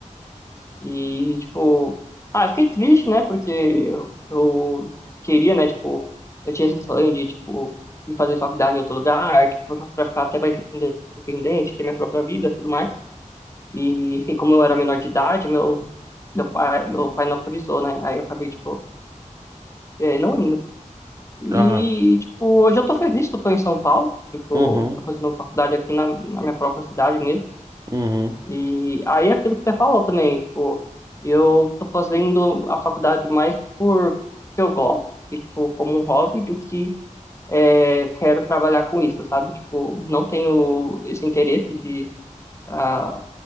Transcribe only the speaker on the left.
e, tipo, ah, eu fiquei triste, né, porque eu, eu queria, né, tipo, eu tinha esse sonho de, tipo, ir fazer faculdade em outro lugar, tipo, pra, pra ficar até mais independente, ter minha própria vida, e tudo mais, e, enfim, como eu era menor de idade, meu, meu pai, meu pai não autorizou, né, aí eu acabei, tipo, eh, não, E,
tipo, hoje eu tô feliz que eu tô em São Paulo. Tipo,
tô fazendo faculdade aqui na, na minha própria cidade mesmo.
E aí, é aquilo que você falou também, tipo, eu tô fazendo a faculdade mais por que eu gosto, e, tipo, como um hobby, do que é, quero trabalhar com isso, sabe? Tipo, não tenho esse interesse de ah,